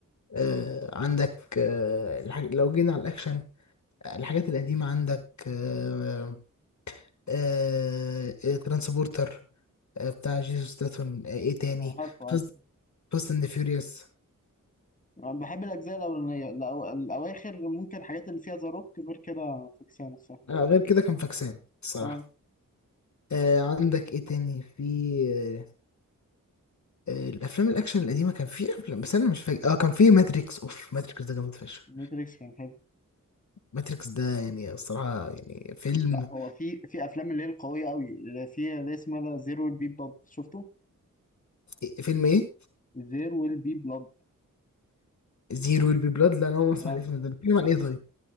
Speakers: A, on the left; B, on the left.
A: آه عندك آه الح... لو جينا على الأكشن آه، الحاجات القديمة عندك آه، آه آه، ترانسبورتر آه بتاع جيسوس ستاثام آه ايه تاني
B: عارف عارف
A: فاست فاست اند فيوريوس
B: أنا بحب الأجزاء الأولانية الأو- الأواخر ممكن الحاجات اللي فيها ذا روك غير كده فكسانة الصراحة
A: آه غير كده كان فاكسان الصراحة
B: اه
A: آه عندك ايه تاني في آه آه الافلام الاكشن القديمة كان في افلام بس انا مش فاكر اه كان في ماتريكس اوف ماتريكس ده جامد فشخ
B: ماتريكس كان حلو
A: ماتريكس ده يعني الصراحة يعني فيلم
B: لا هو في في أفلام اللي هي القوية أوي اللي فيها اللي اسمها ده زير ويل بي بلاد شفته؟
A: إيه- فيلم ايه
B: زير ويل بي بلاد
A: زيرو ويل بي بلاد لا انا اول مرة اسمع
B: اه
A: الاسم ده بيتكلم عن ايه طيب